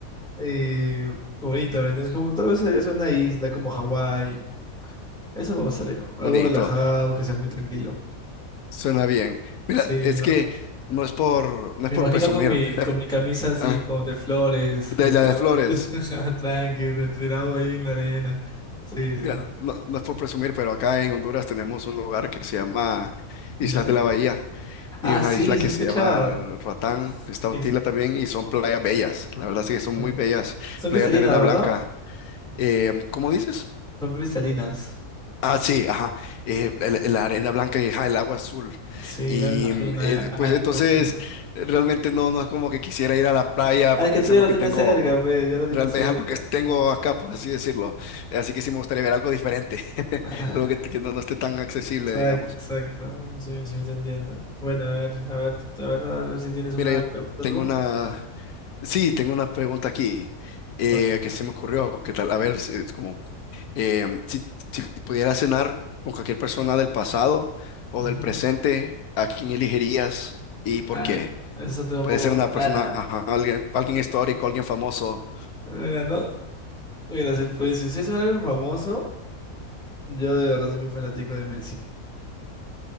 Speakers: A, in the centre; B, on the left (about 80°).
A: Y bonito, ¿me entiendes? Como tal vez sería una isla como Hawái. Eso me gustaría,
B: Bonito,
A: algo relajado, que sea muy tranquilo.
B: suena bien. Mira,
A: Sí,
B: es que no es por, no
A: Me
B: es por
A: imagino
B: presumir.
A: con mi,
B: <laughs>
A: con mi camisa así,
B: Ah,
A: con de flores, de
B: de
A: colores,
B: la de Flores.
A: <laughs> tranqui, tirado ahí en la arena. Sí, sí.
B: Mira, no, no es por presumir, pero acá en Honduras tenemos un lugar que se llama
A: ¿No?
B: Islas de la Bahía
A: Ah,
B: y una
A: sí,
B: isla
A: sí
B: que
A: he escuchado.
B: se llama Ratán, está
A: Es-
B: Otila también y son playas bellas. La verdad sí que son
A: em,
B: muy bellas,
A: son
B: playas
A: cristalinas,
B: de arena
A: ¿verdad?
B: blanca. Em, ¿cómo dices?
A: Son cristalinas.
B: Ah, sí, ajá. eh, la, la- la arena blanca y ajá, el agua azul.
A: Sí,
B: Y
A: me imagino.
B: mm, eh,
A: ya.
B: pues
A: Ah,
B: entonces
A: qué bonito.
B: realmente no, no es como que quisiera ir a la playa
A: Ah,
B: porque
A: es que
B: es
A: tú ya
B: algo
A: lo
B: que
A: tienes
B: tengo,
A: cerca, pues, ya lo tienes
B: realmente
A: cerca.
B: es algo que tengo
A: Ajá.
B: acá, por así decirlo. Así que sí me gustaría ver algo diferente, <laughs>
A: <laughs>
B: algo que, que no, no esté tan accesible,
A: Exacto,
B: digamos.
A: exacto. Bueno, Sí, sí, te entiendo. Bueno, a ver, a ver, a ver, a ver si tienes una
B: Mira, yo
A: pregunta
B: tengo
A: tú.
B: una, sí, tengo una pregunta aquí eh,
A: Bueno.
B: que se me ocurrió, que tal, a ver, si- es como Em, si, si pudieras cenar con cualquier persona del pasado o
A: Ujú.
B: del presente, ¿a quién elegirías y por
A: Ah,
B: qué?
A: eso tengo un
B: Puede
A: poco
B: ser
A: personal,
B: una persona, ajá, alguien, alguien histórico, alguien famoso.
A: Ah, Mira, no, mira, si, pues, si es algo famoso, yo de verdad soy muy fanático de Messi.